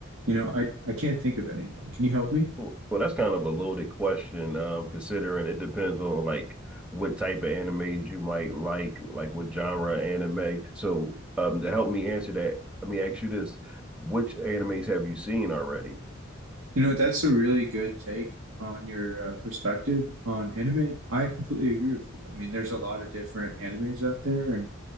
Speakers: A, on the right; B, in the centre.
A: you know, I I can't think of anything. Can you help me?
B: well, that's kind of a loaded question, um, considering it depends on like what type of animes you might like, like what genre anime. So, um, to help me answer that, let me ask you this: Which animes have you seen already?
A: You know, that's a really good take on your uh, perspective on anime. I completely agree with you. I mean, there's a lot of different animes out there, and